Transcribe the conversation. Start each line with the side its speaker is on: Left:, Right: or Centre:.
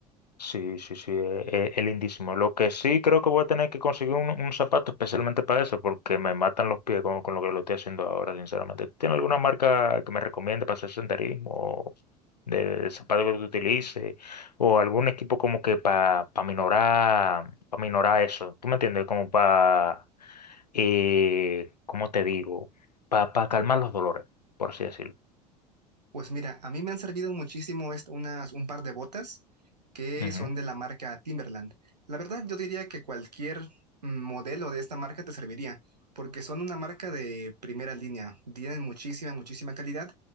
Left: Sí, sí, sí, eh, eh, es lindísimo. Lo que sí creo que voy a tener que conseguir un, un zapato especialmente para eso, porque me matan los pies con, con lo que lo estoy haciendo ahora, sinceramente. ¿Tiene alguna marca que me recomiende para hacer senderismo, o de, de zapato que tú utilices, o algún equipo como que para minorar, para minorar eso? ¿Tú me entiendes? Como para, eh, ¿cómo te digo? Para calmar los dolores, por así decirlo.
Right: Pues mira, a mí me han servido muchísimo est- unas, un par de botas que
Left: Ujú,
Right: son de la marca Timberland. La verdad, yo diría que cualquier mm, modelo de esta marca te serviría, porque son una marca de primera línea, tienen muchísima, muchísima calidad